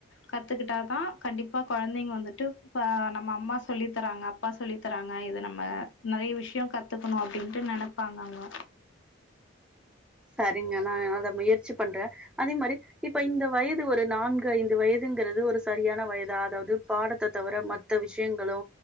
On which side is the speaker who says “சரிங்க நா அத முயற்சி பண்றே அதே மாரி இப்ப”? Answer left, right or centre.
Centre